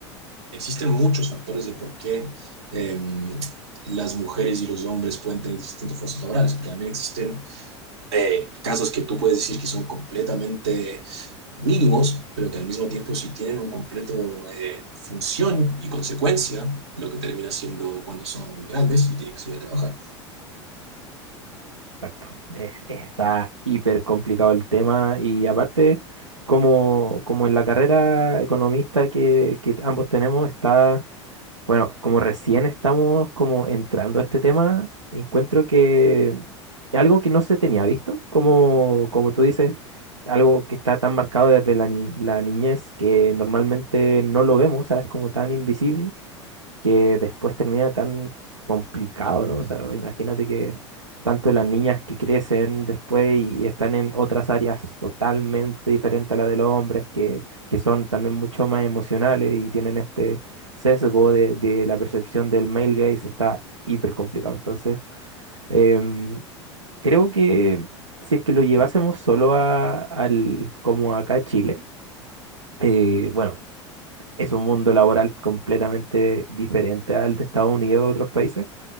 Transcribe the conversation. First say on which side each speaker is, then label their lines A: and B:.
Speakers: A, on the right; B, on the right.
A: existen muchos factores de por qué eh, las mujeres y los hombres pueden tener distintas fuerzas laborales, pero también existen eh, casos que tú puedes decir que son completamente mínimos, pero que al mismo tiempo sí tienen un completo eh, función y consecuencia, lo que termina siendo cuando son grandes y tienen que salir a trabajar.
B: Exacto. Eh, eh, está hiper complicado el tema y aparte, como, como en la carrera economista que, que ambos tenemos, está Bueno, como recién estamos como entrando a este tema, encuentro que algo que no se tenía visto, como, como tú dices, algo que está tan marcado desde la, ni- la niñez que normalmente no lo vemos, ¿sabes? Como tan invisible que después termina tan complicado, ¿no? O sea, imagínate que tanto las niñas que crecen después y, y están en otras áreas totalmente diferentes a la de los hombres, que, que son también mucho más emocionales y tienen este sesgo de, de la percepción del male gaze, está hiper complicado. Entonces, em, creo que si es que lo llevásemos solo a, al, como acá a Chile, eh, bueno, es un mundo laboral completamente diferente al de Estados Unidos o otros países,